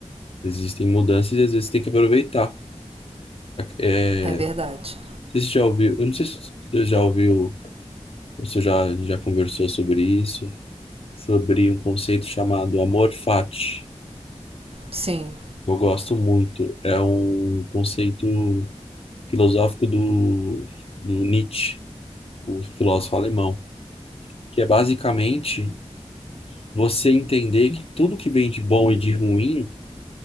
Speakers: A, on the left; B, on the right.
A: existem mudanças e às vezes tem que aproveitar. É,
B: É verdade.
A: é, você já ouviu, eu não sei se você já ouviu, ou se já, já conversou sobre isso, sobre um conceito chamado amor fati.
B: Sim,
A: Eu gosto muito, é um conceito filosófico do, do Nietzsche, o filósofo alemão, que é basicamente você entender que tudo que vem de bom e de ruim